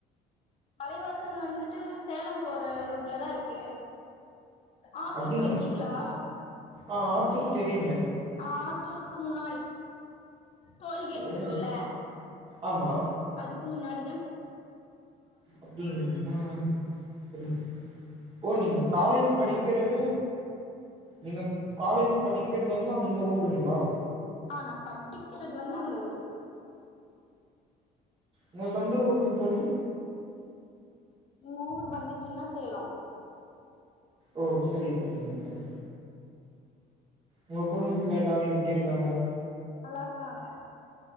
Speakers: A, on the left (about 35°); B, on the right (about 30°).
A: அலைவாசல் வந்துட்டு சேலம் போற ரூட்ல தா இருக்கு ஆத்தூர்
B: அப்டிங்களா
A: போயிருக்கீங்களா
B: ஆ ஆத்தூர் தெரியுங்களே
A: ஆத்தூருக்கு முன்னாடி டோல்கேட்
B: ஓ
A: இருக்குல
B: ஆமா
A: அதுக்கு முன்னாடி தா
B: அப்டிங்ளா சரி ஓ நீங்க காலேஜ் படிக்கறது நீங்க காலேஜ் படிக்கறது வந்து அந்த ஊருங்களா
A: ஆ நா படிக்கிறது வந்து அந்த ஊரு
B: உங்க சொந்த ஊருங்க தோழி
A: எங்க ஊர் வந்து சின்ன சேலோ
B: ஓ செரி செரிங்க தோழி உங்க குடும்பத்துல எல்லாரு எப்டி இருக்காங்க
A: நல்லாருக்காங்க